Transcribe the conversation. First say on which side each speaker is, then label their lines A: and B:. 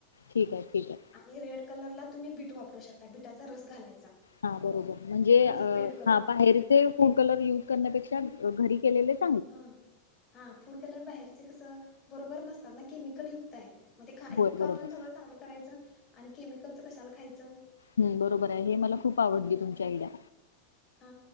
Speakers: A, on the left; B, on the left.
A: ठीक आहे ठीक आहे
B: आणि रेड कलरला तुम्ही बीट वापरू शकता बीटाचा रस घालायचा
A: हा बरोबर म्हणजे
B: त्यामुळे
A: अ
B: रेड कलर
A: हा
B: येतोय
A: बाहेरचे फूड कलर युज करण्यापेक्षा घरी केलेलेच
B: हा हा फूड कलर बाहेरचे कसं बरोबर नसतात ना केमिकल युक्त आहेत मग ते इतक
A: होय बरोबर
B: आपण सगळं चांगलं करायचं आणि केमिकलचं कशाला खायचं.
A: हूं बरोबर आहे हे मला खूप आवडली तुमची आयडिया
B: हा